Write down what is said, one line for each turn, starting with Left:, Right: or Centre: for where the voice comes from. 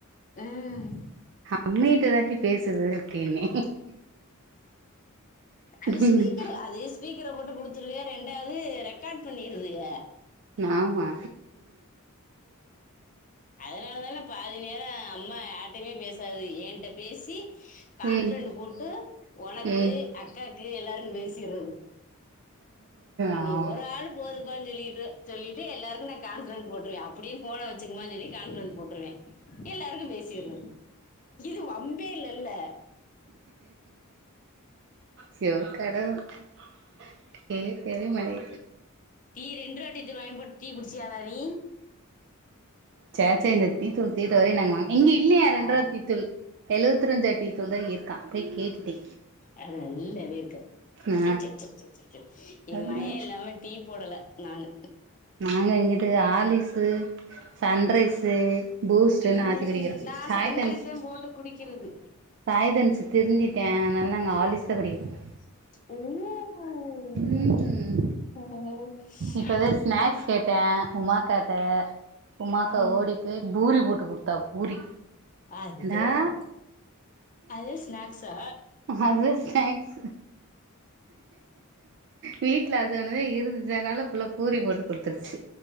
Left: ம்
Right: அம்மகிட்ட தாண்டி பேசுது அப்டின்னே
Left: அது
Right: ம்
Left: ஸ்பீக்கர் அது ஸ்பீக்கர போட்டு கு டுத்துருக்க ரெண்டாவது ரெக்கார்ட் பண்ணிருதுக
Right: ஆமா
Left: அதனாலதான பாதி நேர அம்மா யார்ட்டயுமே பேசாது ஏன்ட்ட பேசி கான்பிரன்ட்
Right: ம்
Left: போட்டு உனக்கு
Right: ம்
Left: அக்காக்கு எல்லாருக்கு பேசிறது இனி
Right: ஆமா
Left: ஒரு ஆள் போதுப்பான்னு சொல்லிட்டு சொல்லிட்டு எல்லாருக்கு நா கான்பிரென்ட் போட்ருவே அப்படி ஃபோனை வச்சுக்கமான்னு சொல்லி கான்பிரன்ட் போட்ருவே எல்லாருக்கு பேசிறது இது வம்பே இல்லல்ல
Right: சோ கடவுளே தெவுமலை
Left: டீ ரெண்ட்ருவா டீத்துள் வாங்கி போட்டு டீ குடிச்சியாலா நீ
Right: சேச்சே இந்த டீத்தூள் தீர வரையு நாங்க வாங்க இங்க இல்லயா ரெண்ட்ருவா
Left: ஆ,
Right: தீத்தூள் எழுவத்த ரஞ்சா டீ தூள் தான் இருக்கான் போய் கேட்டுட்டே
Left: அது நல்லாவே இர்க்காது
Right: ஆ
Left: ச்சே ச்சே ச்சே ஏன்
Right: அதுனா
Left: மயன் இல்லாம டீ போடல நானு
Right: நாங்க இங்குட்டு ஆர்லிஸு சன்ரைஸு பூஸ்ட்ட்ன்னு
Left: உம்,
Right: ஆத்தி குடிக்கிறோ
Left: நான்
Right: சாய்
Left: சன்ரைஸ்
Right: தன்ஸ்
Left: தான் போட்டு குடிக்கிறது
Right: சாய் தன்ஸ் திருந்திட்டா அதனால நாங்க ஆர்லிஸ்தா குடிக்கிறோ
Left: உங்க
Right: ம்
Left: <inaudible>
Right: இப்பதா ஸ்நாக்ஸ் கேட்ட உமாக்காட்ட உமாக்கா
Left: ம்.
Right: ஓடி பெ பூரி போட்டு குடுத்தா பூரி
Left: அது
Right: லா
Left: சேஃபா அது ஸ்நாக்ஸா
Right: அதஸ் தேங்க்ஸ் வீட்ல அது ஒன்னுதே இருந் அதனால ஃபுள்ள பூரி போட்டு குடுத்துருச்சு